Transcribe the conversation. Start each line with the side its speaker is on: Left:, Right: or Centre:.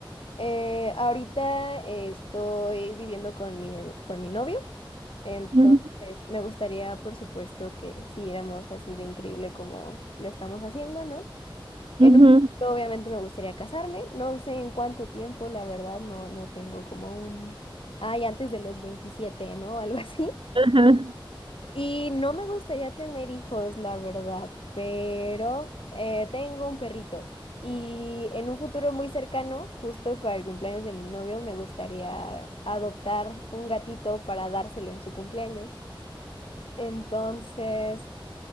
Left: eh, ahorita eh, estoy viviendo con mi, con mi novio, entonces
Right: ujú,
Left: me gustaría, por supuesto, que siguiéramos así de increíble como lo estamos haciendo, ¿no? En
Right: ujú,
Left: un futuro, obviamente, me gustaría casarme, no sé en cuánto tiempo, la verdad, no, no tengo como un, ay, antes de los veintisiete ¿no? <laughs> Algo así.
Right: Ajá.
Left: Y no me gustaría tener hijos, la verdad, pero eh, tengo un perrito y en un futuro muy cercano, justo para el cumpleaños de mi novio, me gustaría adoptar un gatito para dárselo en su cumpleaños. Entonces,